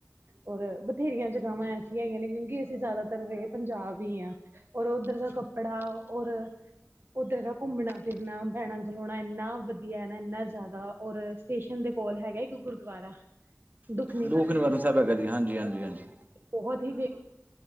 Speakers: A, on the right (about 50°); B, on the right (about 35°).
A: ਔਰ ਬਥੇਰੀਆਂ ਜਗਗਾਾਵਾਂ ਐ ਹੈਗੀਆਂ ਨੇ ਕਿਉਂਕਿ ਅਸੀਂ ਜ਼ਿਆਦਾਤਰ ਰਹੇ ਪੰਜਾਬ ਹੀ ਹ ਔਰ ਉੱਧਰ ਦਾ ਪੜਾ ਔਰ ਉੱਧਰ ਦਾ ਘੁੰਮਣਾ ਫਿਰਨਾ ਬੈਣਾ ਖਲਾਉਣਾ ਇੰਨਾ ਵਧੀਆ ਨਾ ਇੰਨਾ ਜ਼ਿਆਦਾ ਔਰ ਸਟੇਸ਼ਨ ਦੇ ਕੋਲ ਹੈਗਾ। ਇੱਕ ਗੁਰਦੁਆਰਾ। ਦੁੱਖ ਨਿਵਾਰਨ
B: ਦ ਨਿਵਰਨ ਸਾਹਿਬ ਹੈਗਾ ਜੀ। ਹਾਂਜੀ-ਹਾਂਜੀ-ਹਾਂਜੀ
A: ਬਹੁਤ ਹੀ ਬੇਮ